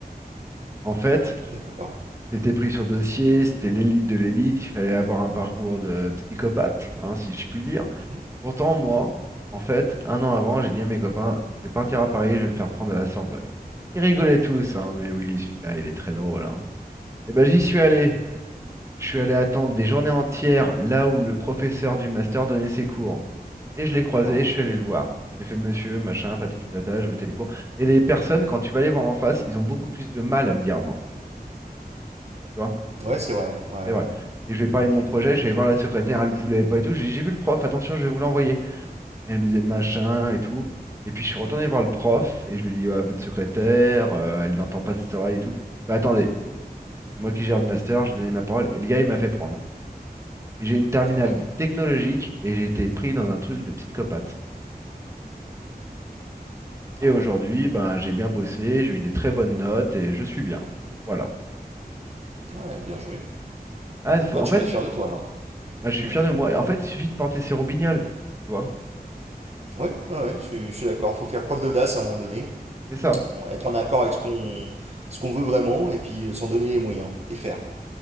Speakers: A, on the right; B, on the right.
A: En fait,
B: d'accord.
A: c'était pris sur dossier, c'était l'élite de l'élite, il fallait avoir un parcours de psychopathe, hein, si je puis dire.
B: Mhm,
A: Pourtant, moi, en fait, un an avant, j'ai dit à mes copains, je vais partir à Paris, je vais me faire prendre à la Sorbonne. Ils rigolaient tous, hein, mais oui, celui-là, il est très drôle, hein. Et ben, j'y
B: mhm,
A: suis allé. Je suis allé attendre des journées entières là où le professeur du master donnait ses cours. Et je l'ai croisé,
B: ouais,
A: et je suis allé le voir. Je lui fait monsieur, machin, patati patata, je veux les cours. Et les personnes, quand tu vas les voir en face, ils ont beaucoup plus de mal à te dire non. Tu vois,
B: ouais, c'est vrai, ouais.
A: c'est vrai. Et je lui ai parlé
B: Et
A: de mon projet, je suis allé voir la secrétaire, elle voulait pas et tout. J'ai dit, j'ai vu le prof, attention, je vais vous l'envoyer. Et elle me disait machin et tout. Et puis je suis retourné voir le prof et je lui ai dit, Ouais, votre secrétaire, euh, elle n'entend pas de cette oreille et tout. Bah, attendez, c'est moi qui gère le master, j'ai donné ma parole. Et le gars, il m'a fait prendre. J'ai une terminale
B: ah ouais,
A: technologique et j'ai été pris dans un truc de psychopathe. Et
B: ah
A: aujourd'hui,
B: ouais,
A: ben, j'ai bien bossé, j'ai eu des très bonnes notes et je suis bien. Voilà.
B: ouais, bien joué.
A: Ah, faut-
B: Ouais,
A: en
B: tu
A: fait,
B: peux être fier de toi là.
A: moi, je suis
B: Oui,
A: fier de moi. En fait, il suffit de porter ses roubignoles. Tu vois?
B: Ouais, ouais, ouais, je suis, je suis d'accord. Faut faire preuve d'audace à un moment donné,
A: C'est ça.
B: en- être en accord avec ce qu'on ce qu'on veut vraiment et puis euh, s'en donner les moyens et faire.